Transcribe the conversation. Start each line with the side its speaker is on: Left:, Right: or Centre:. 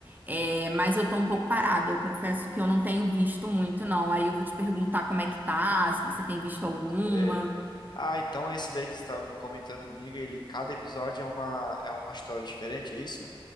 Right: É, mas eu tô um pouco parada, eu confesso que eu não tenho visto muito, não. Aí eu vou te perguntar como é que tá, se você tem visto alguma.
Left: É. Ah, então é esse daí que você estava comentando comigo, ele, cada episódio é uma, é uma história diferente, é isso?